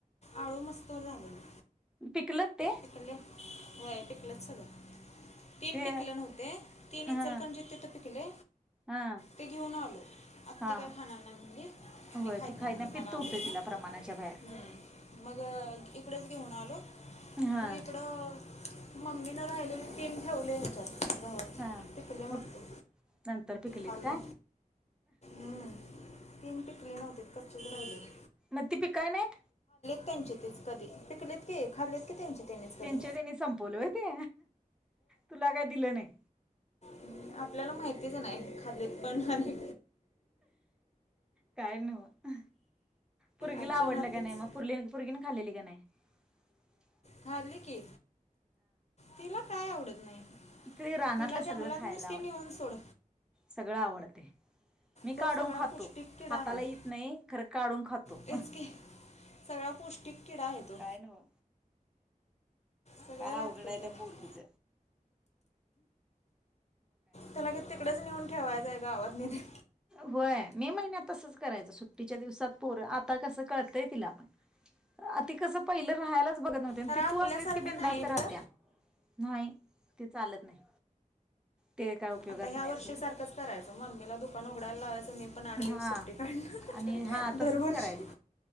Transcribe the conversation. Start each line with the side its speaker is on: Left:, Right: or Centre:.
Left: आळू मस्त झालेलं.
Centre: पिकलत ते
Left: पिकले. होय पिकलेत सगळं. तीन
Centre: ते
Left: टिकलं नव्हते. तीन
Centre: हा
Left: इचलकरंजी <unintelligible> पिकले.
Centre: हा
Left: ते घेऊन आलो. आत्ती
Centre: हा
Left: काय खाणार नाही म्हणली.
Centre: होय
Left: मी खायत
Centre: ती खाईत
Left: म्हणली
Centre: नाही, पित्त
Left: मला आवडत
Centre: होतय
Left: नाही
Centre: तिला प्रमाणाच्या बाहेर.
Left: हम्म. मग इकडेच घेऊन आलो.
Centre: हा
Left: मग इकडं. मम्मीन राहिलेली तीन ठेवले हेच्यात.
Centre: हा
Left: पिकलय म्हणलीत
Centre: मग नंतर पिकलीत
Left: खाल्लो,
Centre: काय
Left: हम् तीन पिकली नव्हतीत क तुझ राहिलं.
Centre: मग ती पिकाय नाहीत.
Left: त्यांचे तेच कधी पिकलेत की खाल्लीत की त्यांचे. त्यांनीच कधी
Centre: त्यांच्या त्यांनी संपवलय ते तुला काय दिलं नाही.
Left: हम् आपल्याला माहितीच नाही. खालेत पण आणि.
Centre: काय नव्ह. पुर्गीला
Left: आजी
Centre: आवडलं
Left: नातीच
Centre: का नाही पुरली पोरगी ने खालेली का नाही. म <unintelligible>
Left: खाल्ली की. तिला काय आवडत नाही,
Centre: ते रानातलं
Left: तिला
Centre: सगळं
Left: जंगलात
Centre: खायला
Left: नुसती
Centre: आवडते
Left: नेऊन सोड.
Centre: सगळं आवडतय. मी
Left: तो
Centre: काढून
Left: सगळा
Centre: खातो,
Left: पौष्टिक किडा
Centre: हाताला
Left: आहे
Centre: येत नाही खरं काढून खातो,
Left: तेच की सगळा पौष्टिक किडा आहे तो
Centre: काय नव्ह.
Left: सगळं
Centre: काय
Left: लागतंय
Centre: अवघड हाय
Left: त्याला
Centre: त्या पोरगीच?
Left: तुला काय तिकडच नीहुन? ठेवायचंय गावातनी तेन
Centre: व्हय, मे महिन्यात तसच करायचं? सुट्टीच्या दिवसात पोर, आता कसं कळतंय तिला पण? आति कसं पहिलं राहायलाच बघत न्हवती आणि
Left: अरे आपल्यासारखं
Centre: तू असलीस की, बिंदास्त
Left: नाही आहेत
Centre: राहत्या.
Left: ग
Centre: नाही ते चालत नाही. ते काय उपयोगाचं
Left: आता ह्यार्षी
Centre: नाही सोड
Left: सारखंच करायचं मम्मीला दुकान उघड दालावाय त मी पण आठ
Centre: हा
Left: दिवस सुट्टी काढणार
Centre: आणि हा तसंच
Left: दरवर्षी.
Centre: करायचं